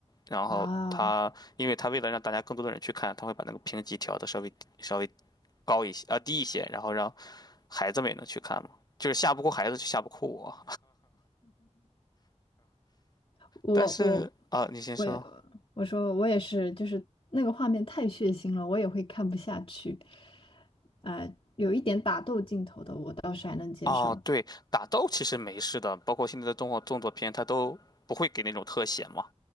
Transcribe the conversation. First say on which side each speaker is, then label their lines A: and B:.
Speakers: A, on the left; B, on the left.
A: 然后他，
B: 啊。
A: 因为他为了让大家更多的人去看，他会把那个评级调的稍微稍微高一些，啊，低一些，然后让孩子们也能去看嘛，就是吓不哭孩子就吓不哭我。
B: 我我
A: 但是啊、你先说。
B: 我也我说我也是，就是那个画面太血腥了，我也会看不下去。呃，有一点打斗镜头的，我倒是还能接受。
A: 哦，对，打斗其实没事的，包括现在的动画动作片，它都不会给那种特写嘛，